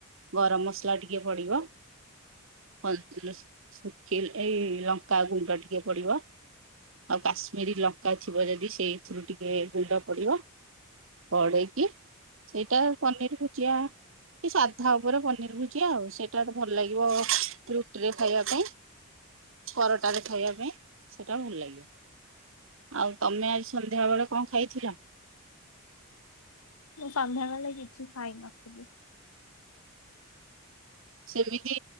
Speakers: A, on the right; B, on the left.
A: ଗରମ୍ ମସଲା ଟିକେ ପଡିବ ପନ୍-ଶୁଖି- ଏଇ ଲଙ୍କା ଗୁଣ୍ଡ ଟିକେ ପଡିବ ଆଉ କାଶ୍ମୀରୀ ଲଙ୍କା ଥିବ ଯଦି ସେଇଥିରୁ ଟିକେ ଗୁଣ୍ଡ ପଡିବ। ପଡେଇକି ସେଇଟା ପନିର ଭୁଜିଆ ସେ ସାଧା ଉପରେ ପନିର୍ ଭୁଜିଆ ଆଉ ସେଇଟା ଭଲ ଲାଗିବ ଟିରେ ଖାଇବା ପାଇଁ ପରଟାରେ ଖାଇବା ପାଇଁ ସେଟା ଭଲ ଲାଗେ। ଆଉ ତମେ ଆଜି ସନ୍ଧ୍ୟାବଳେ କଣ ଖାଇଥିଲ?
B: ମୁଁ ସନ୍ଧ୍ୟାବେଳେ କିଛି ଖାଇ ନଥିଲି।
A: ସେମିତି